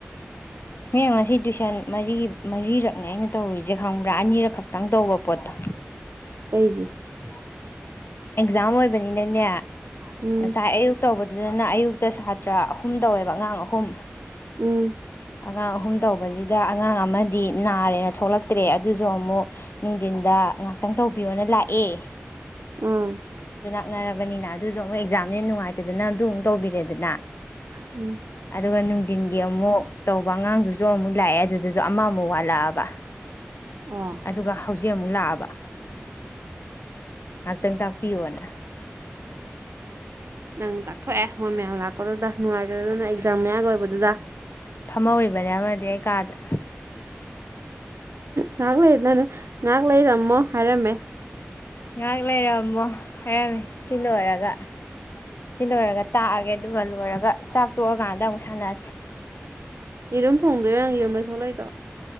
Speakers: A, on the left (about 60°); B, on the right (about 80°).
A: ꯃꯤꯌꯦꯡ ꯉ ꯑꯁꯤꯁꯤ ꯇꯨꯏꯁꯟ ꯃꯔꯤ ꯃꯔꯤꯔꯛꯅꯦ ꯑꯩꯅ ꯇꯧꯔꯨꯔꯤꯁꯦ ꯈꯪꯕ꯭ꯔꯥ ꯑꯅꯤꯔꯛ ꯈꯛꯇꯪ ꯇꯧꯕ ꯄꯣꯠꯇꯣ
B: ꯑꯩꯒꯤꯦ
A: ꯎ ꯑꯦꯛꯖꯥꯝ ꯑꯣꯏꯕꯅꯤꯅꯅꯦ
B: ꯎꯝ
A: ꯁꯥꯏ ꯑꯌꯨꯛꯇꯕ ꯑꯗꯨꯗꯨꯅ ꯑꯌꯨꯛꯇ ꯁꯥꯇ꯭ꯔ ꯑꯍꯨꯝ ꯇꯧꯋꯦꯕ ꯑꯉꯥꯡ ꯑꯍꯨꯝ
B: ꯎꯝ
A: ꯑꯉꯥꯡ ꯑꯍꯨꯝ ꯇꯧꯕꯁꯤꯗ ꯑꯉꯥꯡ ꯑꯃꯗꯤ ꯅꯥꯔꯦꯅ ꯊꯣꯛꯂꯛꯇ꯭ꯔꯦ ꯑꯗꯨꯁꯨ ꯑꯃꯨꯛ ꯅꯨꯡꯊꯤꯟꯗ ꯉꯥꯛꯇꯪ ꯇꯧꯕꯤꯌꯣꯅ ꯂꯥꯛꯑꯦ
B: ꯑꯥ
A: ꯊꯛꯅꯔꯕꯅꯤꯅ ꯑꯗꯨꯁꯨ ꯑꯃꯨꯛ ꯑꯦꯛꯖꯥꯝꯅꯦꯦ ꯅꯨꯡꯉꯥꯏꯇꯗꯅ ꯑꯗꯨ ꯑꯃꯨꯛ ꯇꯧꯕꯤꯔꯦꯗꯅ
B: ꯎꯝ
A: ꯑꯗꯨꯒ ꯅꯨꯡꯊꯤꯟꯒꯤ ꯑꯃꯨꯛ ꯇꯧꯕ ꯑꯉꯥꯡꯗꯨꯁꯨ ꯑꯃꯨꯛ ꯂꯥꯛꯑꯦ ꯑꯗꯨꯅ ꯑꯗꯨꯁꯨ ꯑꯃꯃꯨꯛ ꯋꯥꯠꯂꯛꯑꯕ
B: ꯑꯣ
A: ꯑꯗꯨꯒ ꯍꯧꯖꯤꯛ ꯁꯤꯦ ꯑꯃꯨꯛ ꯂꯥꯛꯑꯕ ꯉꯥꯛꯇꯪꯥꯛ ꯄꯤꯑꯣꯅ
B: ꯅꯪ ꯇꯥꯛꯊꯣꯛꯑꯦ ꯃꯣꯏ ꯃꯌꯥꯝ ꯂꯥꯛꯄꯗꯨꯗ ꯅꯨꯡꯉꯥꯏꯇꯗꯗꯅ ꯑꯦꯛꯖꯥꯝ ꯃꯌꯥꯒꯤ ꯑꯣꯏꯕꯗꯨꯗ
A: ꯐꯝꯍꯧꯔꯤꯕꯅꯦ ꯑꯃꯗꯤ ꯑꯩ ꯀꯥꯗ
B: ꯒ ꯍꯥꯏꯔꯅꯅꯦ ꯉꯥꯏꯍꯥꯛ ꯂꯩꯔꯝꯃꯣ ꯍꯥꯏꯔꯝꯃꯦ
A: ꯉꯥꯏꯍꯥꯛ ꯂꯩꯔꯝꯃꯣ ꯍꯥꯏꯔꯝꯃꯤ ꯁꯤ ꯂꯣꯏꯔꯒ ꯁꯤ ꯂꯣꯏꯔꯒ ꯇꯥꯛꯑꯒꯦ ꯑꯗꯨꯒ ꯂꯣꯏꯔꯒ ꯆꯥꯛ ꯇꯣꯛꯑꯀꯥꯟꯗ ꯑꯃꯨꯛ ꯁꯥꯟꯅꯔꯁꯤ
B: ꯌꯦꯔꯨꯝ ꯊꯣꯡꯗꯣꯏꯔꯪ ꯌꯦꯔꯨꯝꯂꯣꯏ ꯊꯣꯛꯂꯛꯏꯗꯣ